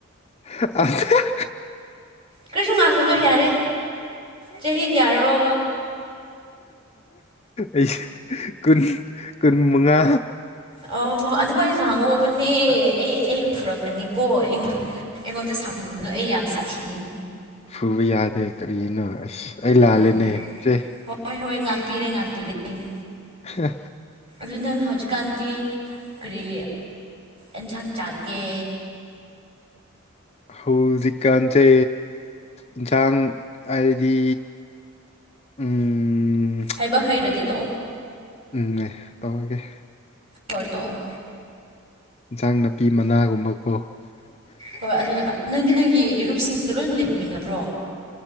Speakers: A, on the left; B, on the right.
A: <unintelligible>
B: ꯀꯔꯤꯁꯨ ꯉꯥꯡꯒꯅꯨ ꯌꯥꯔꯦ ꯆꯍꯤ ꯀꯌꯥꯔꯣ
A: ꯑꯩꯁꯦ ꯀꯨꯟ ꯀꯨꯟ ꯃꯉꯥ
B: ꯑ ꯍꯣꯏ ꯑꯗꯨꯃꯥꯏꯅ ꯂꯥꯡꯉꯣꯕꯅꯦ ꯑꯩ ꯑꯩ ꯐꯨꯔꯛꯀꯅꯤꯀꯣ ꯑꯩꯉꯣꯟꯗ ꯑꯩꯉꯣꯟꯗ ꯁꯥꯥꯎꯍꯟꯕꯗꯣ ꯑꯩ ꯌꯥꯝ ꯁꯊꯤꯕꯅꯤ
A: ꯐꯨꯕ ꯌꯥꯗꯦ ꯀꯔꯤꯅꯣ ꯑꯁ ꯑꯩ ꯂꯥꯜꯂꯦꯅꯦ
B: ꯍꯣꯏ
A: ꯁꯦ
B: ꯍꯣꯏ ꯍꯣꯏ ꯉꯥꯛꯄꯤꯔꯦ ꯉꯥꯛꯄꯤꯔꯦ ꯑꯩꯅ
A: ꯍꯥ
B: ꯑꯗꯨ ꯅꯪ ꯍꯧꯖꯤꯛꯀꯥꯟꯗꯤ ꯀꯔꯤ ꯑꯦꯟꯁꯥꯡ ꯆꯥꯛꯒꯦ
A: ꯍꯧꯖꯤꯛꯀꯥꯟꯁꯦ ꯏꯟꯁꯥꯡ ꯍꯥꯏꯗꯤ ꯎꯝ
B: ꯍꯥꯏꯕ ꯍꯩꯔꯗꯤ ꯇꯣꯛꯑꯣ
A: ꯎꯝꯅꯦ ꯇꯧꯔꯒꯦ
B: ꯍꯣꯏ ꯇꯣꯛꯑꯣ
A: ꯏꯟꯁꯥꯡ ꯅꯥꯄꯤ ꯃꯅꯥꯒꯨꯝꯕꯀꯣ
B: ꯍꯣꯏ ꯑꯗꯨꯅ ꯅꯪꯗꯤ ꯅꯪꯒꯤ ꯏꯔꯨꯞꯁꯤꯡꯗꯨ ꯂꯣꯏꯅꯃꯛ ꯂꯩꯃꯤꯟꯅꯕ꯭ꯔꯣ